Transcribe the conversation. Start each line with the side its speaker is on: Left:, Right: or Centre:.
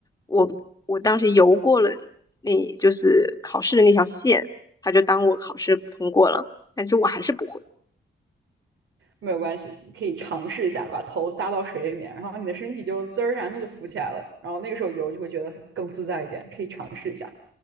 Left: 我我当时游过了那，就是考试的那条线，他就当我考试通过了，但是我还是不会。
Right: 没有关系，你可以尝试一下，把头扎到水里面，然后你的身体就自然而然的就浮起来了，然后那个时候游就会觉得更自在一点，可以尝试一下。